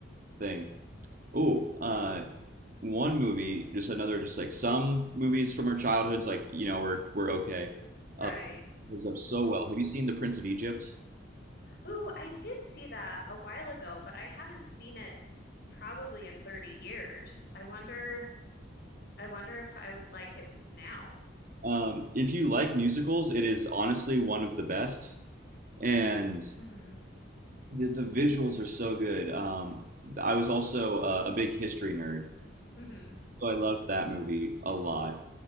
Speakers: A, on the right (about 45°); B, on the left (about 50°).
A: thing. Oh, uh, one movie, just another, just like some movies from our childhoods, like you know, were were okay.
B: Right.
A: Uh, holds up so well. Have you seen The Prince of Egypt?
B: Ooh, I did see that a while ago, but I haven't seen it probably in 30 years. I wonder I wonder if I would like it now.
A: Um, if you like musicals, it is honestly one of the best, and
B: hmm
A: the, the visuals are so good. Um, I was also uh, a big history nerd,
B: hmm
A: so I loved that movie a lot.